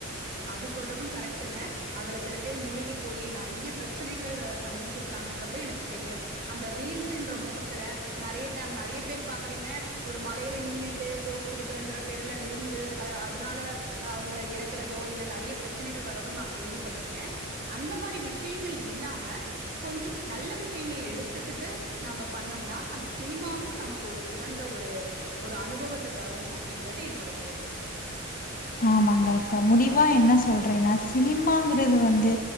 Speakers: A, on the right (about 45°); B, on the left (about 40°).
A: அது சொல்றதும் கரெக்டுங்க அதுல சில பேர் மூழகி போயி நிறைய பிரச்சனைகளை சந்திச்சிருக்காங்கன்றத எனக்கு தெரியும் அந்த ரீல்ஸ்ன்ற முகத்துல நிறைய டைம் நிறைய பேர் பாக்குறீங்க ஒரு மலையில நின்னுட்டு போஸ் குடுக்குறன்ற பேர்ல விழுந்து் அதனால அவங்க இறக்க இருக்கிறதோ இல்ல நிறைய பிரச்சனைகள் வரதோ நான் கேள்விப்பட்டிருக்கேன் அந்த மாரி விஷயங்கள் இல்லாம கொஞ்சம் நல்ல விஷயங்களை எடுத்துக்கிட்டு நம்ம பண்ணோம்னா அந்த சினிமாவும் நமக்கு ஒரு சிறந்த ஒரு ஒரு அனுபவத்தை தரும் அப்டின்றது என்னோட கருத்து
B: ஆமாங்க இப்ப முடிவா என்ன சொல்றேன்னா சினிமாங்கிறது வந்து